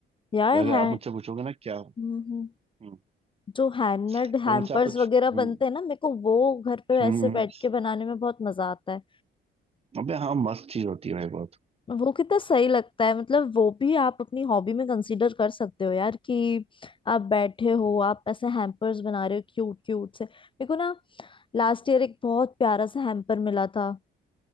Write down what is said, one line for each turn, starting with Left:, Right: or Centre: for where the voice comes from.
Left: यार
Right: अगर
Left: है
Right: आप मुझसे पूछोगे ना क्या
Left: हम्म
Right: हम्म
Left: जो हैंडमेड
Right: तो
Left: हैम्पर्स
Right: मुझसे आप कुछ
Left: वगैरह
Right: हम्म
Left: बनते हैं ना मेरे को वो घर पे वैसे
Right: हम्म हम्म।
Left: बैठ के बनाने में बहुत मजा आता है
Right: अबे हाँ मस्त चीज होती है भाई बहुत
Left: वो कितना सही लगता है मतलब वो भी आप अपनी हॉबी में कंसीडर कर सकते हो यार कि आप बैठे हो आप ऐसे हैम्पर्स बना रहे हो क्यूट क्यूट से मेरे को ना लास्ट ईयर एक बहुत प्यारा सा हैम्पर मिला था